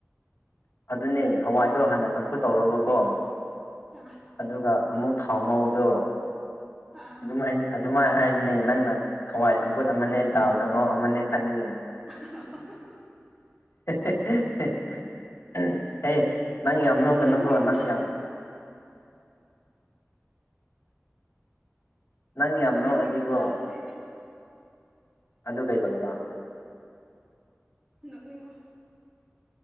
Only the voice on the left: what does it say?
ꯑꯗꯨꯅꯦ ꯍꯋꯥꯏꯗꯣ ꯍꯥꯟꯅ ꯆꯝꯐꯨꯠ ꯇꯧꯔ‌ꯣꯕꯀꯣ
ꯑꯗꯨꯒ ꯑꯃꯨꯛ ꯊꯥꯎ ꯉꯧꯕꯗꯣ
ꯑꯗꯨꯝ ꯃꯥꯏꯟ ꯑꯗꯨꯃꯥꯏ ꯍꯥꯏꯕꯅꯦ ꯅꯪꯅ ꯍꯋꯥꯏ ꯆꯝꯐꯨꯠ ꯑꯃꯅꯦ ꯗꯥꯜ ꯀꯥꯡꯍꯧ ꯑꯃꯅꯦ ꯈꯟꯕꯒꯤꯅꯦ
<unintelligible> ꯍꯦ ꯅꯪ ꯌꯥꯝ ꯅ‌ꯣꯛꯀꯅ‌ꯣꯀꯣ
ꯅꯪ ꯌꯥꯝ ꯅꯪ ꯌꯥꯝ ꯅꯣꯛꯑꯗꯤꯀꯣ
ꯑꯗꯨ ꯀꯩꯗꯧꯕ